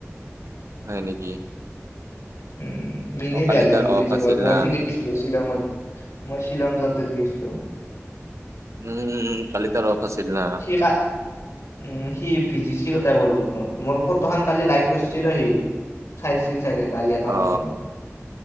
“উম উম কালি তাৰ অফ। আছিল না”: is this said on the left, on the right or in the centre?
Right